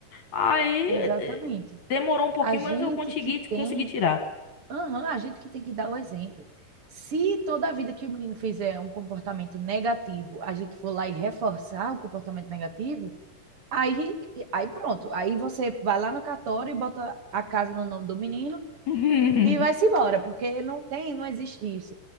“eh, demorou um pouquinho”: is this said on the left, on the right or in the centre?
Left